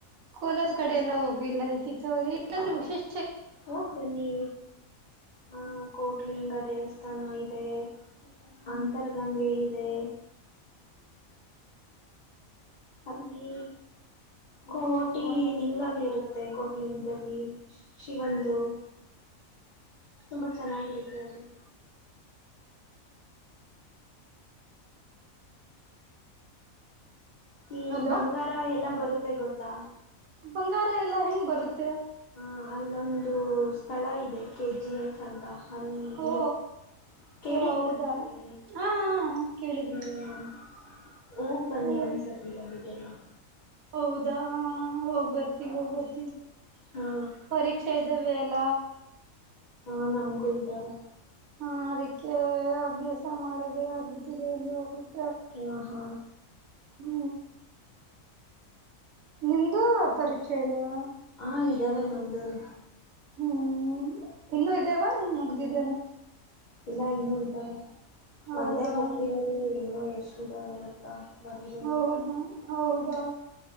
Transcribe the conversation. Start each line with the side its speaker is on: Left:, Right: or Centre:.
Right: ಕೋಲಾರ ಕಡೆ ಎಲ್ಲ ಹೋಗಿಲ್ಲ ಲಿಖಿತ ಅವ್ರೆ ಏನಾದ್ರು ವಿಶೇಶಾ
Left: ಹೋಗ್ ಬನ್ನಿ. ಹ ಕೋಟ್ಲಿಂಗ ದೇವಸ್ಥಾನ ಇದೆ ಅಂತರ್ಗಂಗೆ ಇದೆ. ಅಲ್ಲಿ ಕೋಟಿ ಲಿಂಗಗಳು ಇರುತ್ತೆ ಕೋಟಿ ಲಿಂಗದಲ್ಲಿ. ಶಿವಂದು. ತುಂಬಾ ಚೆನ್ನಾಗಿರುತ್ತೆ ಅದು. ಈ
Right: ಹಲೋ
Left: ಬಂಗಾರ ಎಲ್ಲಾ ಬರುತ್ತ. ಗೊತ್ತಾ.
Right: ಬಂಗಾರ ಎಲ್ಲಾ ಹೆಂಗ್ ಬರುತ್ತೆ.
Left: ಹ ಅಲ್ಲೊಂದು ಸ್ಥಳ ಇದೆ ಕೆ ಜಿ ಎಫ್ ಅಂತ. ಅಲ್ಲಿ
Right: ಓ
Left: ಇರುತ್ತೆ ಕೇಳಿದೀರಾ
Right: ಓ ಹೌದಾ
Left: ಇಲ್ಲಿ
Right: ಹಾ ಕೇಳಿದೀವಿ
Left: ಹ್ಮ ಹೋಗ್ ಬನ್ನಿ
Right: ಓ
Left: ಒಂದ್ಸತಿ ಅಲ್ಲಿ. ಎಲ್ಲ.
Right: ಹೌದಾ. ಹ್ಮ ಹೋಗ್ ಬರ್ತಿವಿ ಹೋಗ್ಬರ್ತಿವಿ
Left: ಹಾ
Right: ಪರೀಕ್ಷಾ ಇದ್ದಾವೆ. ಅಲ್ಲ.
Left: ಹಾ ನಮ್ಗೂ ಇದ್ದಾವೆ.
Right: ಹ ಅದಕ್ಕೆ ಅಭ್ಯಾಸ ಮಾಡೋದೇ ಆಗ್ಬ. <unintelligible> ಎಲ್ಲು ಹೋಗಕೆ ಆಗ.
Left: ಹಾ ಹಾ
Right: ಹ್ಮ. ನಿಮ್ದು ಪರೀಕ್ಷೆ ಇದೆಯ.
Left: ಹಾ. ಇದಾವೇ ನಮ್ದನು.
Right: ಹ್ಮ್ ಇನ್ನುೂ ಇದೇವಾ ಇನ್ ಮುಗ್ದಿದ್ದೇನ.
Left: ಇಲ್ಲ ಇನ್ನುೂ ಇದ್ದಾವೆ.
Right: ಹೌದಾ
Left: ಒಂದೆ ಮುಗ್ದಿರೋದು ಇನ್ನು ಎಷ್ಟು. ಎಸ್ಟಿದವೆ ಗೊತ್ತಾ. ಬರಿಬೇಕು
Right: ಹೌದಾ ಹೌದಾ.